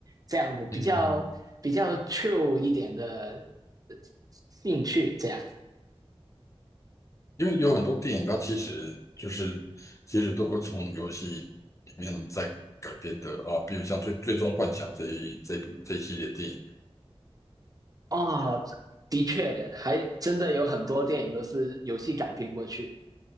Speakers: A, on the right; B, on the left.
A: 这样子比较比较
B: 嗯，
A: true 一点的呃兴趣这样。
B: 因为有很多电影它其实就是其实都会从游戏里面再改编的啊，比如像最《最终幻想》这一这一部这一系列电影，
A: 哦，的确，还真的有很多电影都是游戏改编过去。